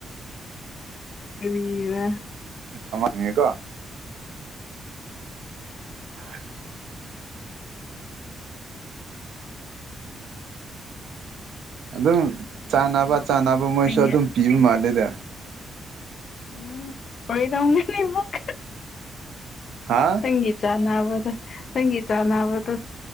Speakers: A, on the left; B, on the right.
A: ꯀꯔꯤꯔ
B: ꯑꯃꯥꯍꯡꯒꯦꯀꯣ <unintelligible> ꯑꯗꯨꯝ
A: ꯅꯪꯁꯦ
B: ꯆꯥꯅꯕ
A: ꯅꯣꯛ
B: ꯆꯥꯅꯕ
A: ꯅꯣꯛꯅꯤꯡꯉꯦ
B: ꯃꯣꯏꯁꯨ ꯑꯗꯨꯝ
A: ꯑꯗꯨ
B: ꯄꯤꯕ ꯃꯥꯜꯂꯦꯗ꯫
A: ꯎꯝ ꯑꯣꯏꯒꯗꯝꯅꯤ ꯑꯃꯨꯛ꯫
B: ꯍꯥꯥ꯫
A: ꯅꯪꯒꯤ ꯆꯥꯅꯕꯗꯣ ꯅꯪꯒꯤ ꯆꯥꯅꯕꯗꯣ